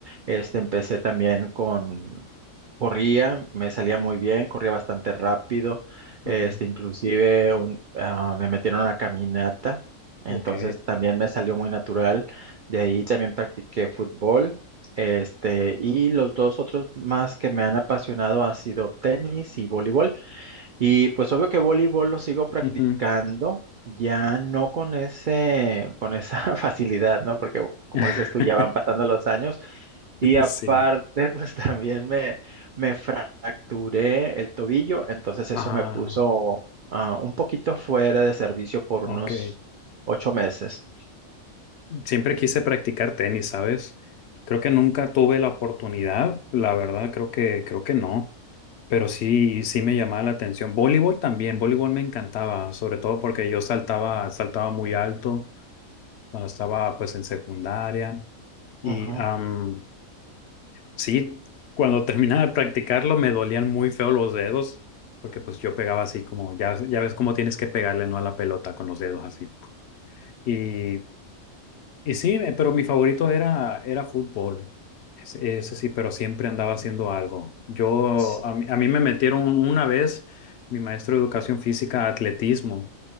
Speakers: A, on the right; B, on the left.
A: Este, empecé también con, corría, me salía muy bien, corría bastante rápido.
B: Ujú.
A: Este, inclusive un, ah, me metieron a una caminata,
B: Ok.
A: entonces también me salió muy natural. De ahí también practiqué fútbol. Este, y los dos otros más que me han apasionado han sido tenis y voleibol. Y pues obvio que voleibol lo sigo practicando,
B: Ujú.
A: ya no con ese, con esa <laughs> facilidad, ¿no? Porque como
B: <laughs>
A: dices tú, ya van pasando los años. Y aparte,
B: Sí.
A: <laughs> pues también me, me fracturé el tobillo, entonces eso
B: Ah,
A: me puso ah, un poquito fuera de servicio por
B: ok.
A: unos ocho meses.
B: Siempre quise practicar tenis, ¿sabes? Creo que nunca tuve la oportunidad, la verdad, creo que, creo que no. Pero sí, sí me llamaba la atención. Voleibol también, voleibol me encantaba, sobre todo porque yo saltaba, saltaba muy alto cuando estaba pues en secundaria. Y
A: Ujú,
B: am, Sí, cuando terminaba de practicarlo me dolían muy feo los dedos, porque pues yo pegaba así como, ya, ya ves cómo tienes que pegarle, ¿no? A la pelota con los dedos así. Y, y sí, eh, pero mi favorito era, era fútbol, ese, ese sí, pero siempre andaba haciendo algo. Yo,
A: s-
B: a mí, a mí me metieron una vez, mi maestro de educación física, a atletismo,